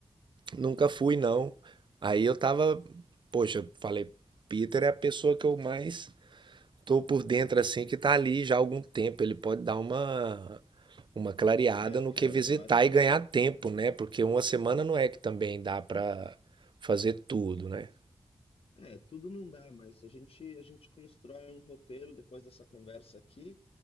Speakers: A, on the right; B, on the left.
A: Nunca fui, não. Aí eu tava, poxa, falei, Peter é a pessoa que eu mais tô por dentro, assim, que tá ali já há algum tempo. Ele pode dar uma, uma clareada
B: É,
A: no
B: cara,
A: que visitar
B: eu acho que
A: e ganhar tempo, né? Porque uma semana não é que também dá pra fazer tudo, né?
B: É, tudo não dá, mas a gente a gente constrói um roteiro depois dessa conversa aqui